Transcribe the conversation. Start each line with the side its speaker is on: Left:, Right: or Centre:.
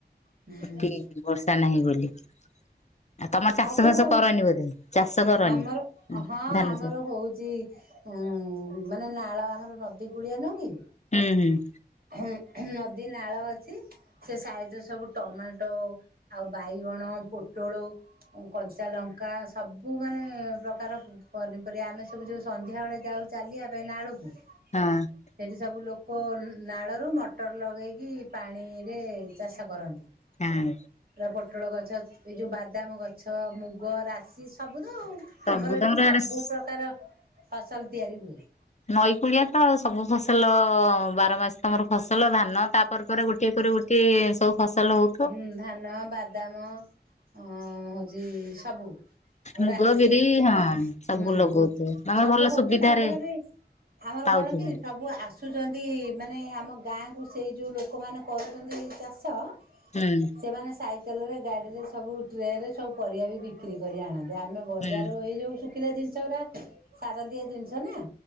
Right: ହୁଁ
Left: ଟି ବର୍ଷା ନାହିଁ ବୋଲି। ଆଉ ତମର ଚାଷ
Right: ଆଜ୍ଞା
Left: ବାସ
Right: ହଁ
Left: କରନି ବୋଧେ ଚାଷ କରନି
Right: ଆମର ହଁ
Left: ଧାନ
Right: ଆମର
Left: ଚାଷ
Right: ହଉଚି ଉଁ ମାନେ ନାଳ ଆମର ନଦୀ କୂଳିଆ ନୁହ କି?
Left: ହୁଁ ହୁଁ।
Right: ହୁଁ ହୁଁ ନଦୀ ନାଳ ଅଛି। ସେ ସାଇଡରେ ସବୁ ଟମାଟୋ ଆଉ ବାଇଗଣ ପୋଟଳ କଞ୍ଚାଲଙ୍କା ସବୁ ମାନେ ପ୍ରକାର ପନିପରିବା ଆମେ ସବୁ ଯୋଉ ସନ୍ଧ୍ୟାବେଳେ ଯାଉ ଚାଲିବା ପାଇଁ ନାଳକୁ
Left: ହଁ।
Right: ସେଇଠି ସବୁ ଲୋକ ନାଳରୁ ମଟର ଲଗେଇକି ପାଣିରେ ଚାଷ କରନ୍ତି।
Left: ହାଁ।
Right: ପୁରା ପୋଟଳ ଗଛ ଏ ଯୋଉ ବାଦାମ ଗଛ ମୁଗ, ରାଶି ସବୁତ ଆଉ
Left: ସବୁ
Right: ଆମର
Left: ତମର
Right: ଏଠି ସବୁ
Left: ଆଡେ
Right: ପ୍ରକାର ଫସଲ ତିଆରି ହୁଏ।
Left: ନଈ କୂଳିଆ ତ ସବୁ ଫସଲ ବାର ମାସ ତମର ଫସଲ ଧାନ। ନ ତାପରେ ପରେ ଗୋଟିଏ ପରେ ଗୋଟିଏ ସବୁ ଫସଲ ହଉ।
Right: ହୁଁ ଧାନ, ବାଦାମ ଅ ହଉଛି ସବୁ।
Left: ମୁଗ
Right: ରାଶି
Left: ବିରି ହଁ
Right: ହୁଁ
Left: ସବୁ ଲଗଉଥିବେ ତମର
Right: ସବୁ
Left: ଭଲ
Right: ହଉଛି
Left: ସୁବିଧାରେ
Right: ତାପରେ ବି। ଆମର
Left: ପାଉଥିବେ।
Right: କଣ କି ସବୁ ଆସ। ଆସୁଛନ୍ତି ମାନେ ଆମ ଗାଁକୁ ସେଇ ଯେଉଁ ଲୋକମାନେ କରୁଛନ୍ତି ଚାଷ।
Left: ହୁଁ।
Right: ସେମାନେ ସାଇକେଲରେ ଗାଡ଼ିରେ ସବୁ ଟ୍ରେରେ ସବୁ ପରିବା ବି ବିକ୍ରି କରି ଆଣନ୍ତି। ଆମେ ବଜାରୁ
Left: ହୁଁ
Right: ଏଇ ଯୋଉ ଶୁଖିଲା ଜିନିଷ ସାରଦିଆ ଜିନିଷ ନା।